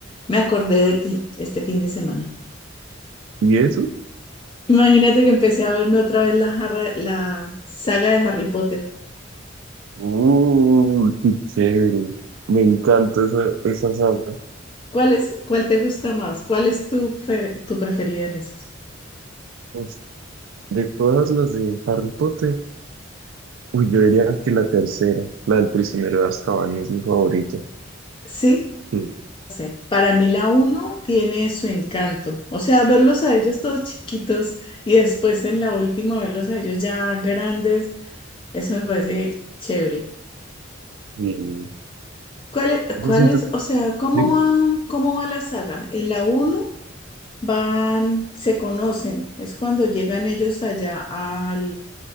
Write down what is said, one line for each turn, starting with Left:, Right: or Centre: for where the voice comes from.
Left: Me acordé de ti este fin de semana.
Right: ¿Y eso?
Left: Imagínate que empecé a verme otra vez la, jarra- la saga de Harry Potter.
Right: ¡Uh, qué chévere! Me encanta esa, esa saga.
Left: ¿Cuál es, cuál te gusta más? ¿Cuál es tu, fer- tu preferida en esas?
Right: Pues, de todas las de Harry Potter, uy, yo diría que la tercera, la del prisionero de Azkaban, es mi favorita.
Left: Sí,
Right: Sí.
Left: sí. Para mí la uno tiene su encanto. O sea, verlos a ellos todos chiquitos y después en la última verlos a ellos ya grandes, eso me parece chévere.
Right: Y
Left: ¿Cuál es,
Right: yo
Left: cuál
Right: siento,
Left: es, o sea, cómo
Right: digo,
Left: va, cómo va la saga? ¿En la uno van, se conocen. Es cuando llegan ellos allá al,